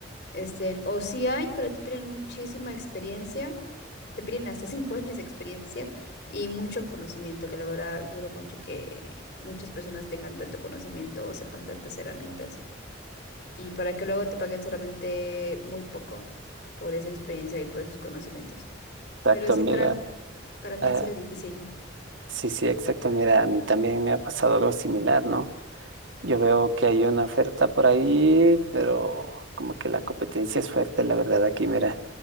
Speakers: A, on the left; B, on the right.
A: Este, o sí hay, pero te piden muchísima experiencia. Te piden hasta cinco años de experiencia y mucho conocimiento, que la verdad duro mucho que muchas personas tengan tanto conocimiento o sepan tantas herramientas. Y para que luego te paguen solamente muy poco por esa experiencia y por esos conocimientos.
B: Exacto,
A: Pero sí,
B: mira.
A: para, para mí
B: eh,
A: ha sido difícil.
B: sí, sí, exacto, mira, a mí también me ha pasado algo similar, ¿no? Yo veo que hay una oferta por ahí, pero como que la competencia es fuerte, la verdad, aquí, mira,